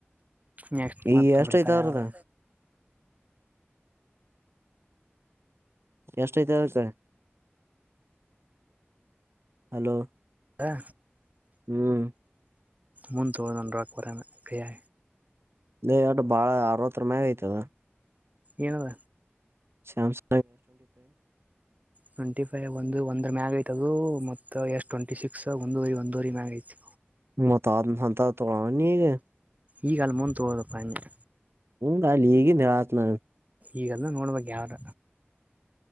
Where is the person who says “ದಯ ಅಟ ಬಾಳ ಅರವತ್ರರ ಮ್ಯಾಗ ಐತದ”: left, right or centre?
Right